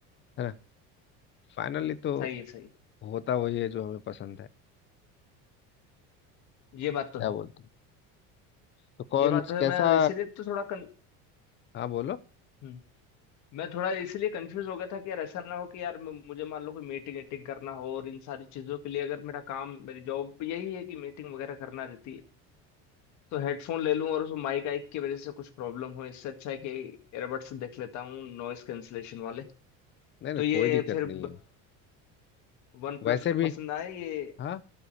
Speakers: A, on the left (about 35°); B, on the left (about 55°).
A: है ना फाइनली तो
B: सही है सही है।
A: होता वही है जो हमें पसंद है
B: ये बात तो
A: क्या
B: है
A: बोलते हैं तो कौन
B: ये बात तो है
A: कैसा
B: मैं इसीलिए तो थोड़ा कन...
A: हाँ बोलो
B: हम्म। मैं थोड़ा इसलिए कंफ्यूज हो गया था कि यार ऐसा ना हो कि यार म- मुझे मान लो कोई मीटिंग वीटिंग करना हो और इन सारी चीजों के लिए अगर मेरा काम मेरी जॉब यही है कि मीटिंग वगैरह करना रहती है तो हेडफोन ले लूं और उसमें माइक आइक की वजह से कुछ प्रॉब्लम हो इससे अच्छा है कि एयरबड्स देख लेता हूँ नॉइस कैंसलेशन वाले
A: नहीं नहीं
B: तो ये
A: कोई दिक्कत
B: फिर
A: नहीं है
B: वन प्लस
A: वैसे
B: के
A: भी
B: पसंद आए ये
A: हाँ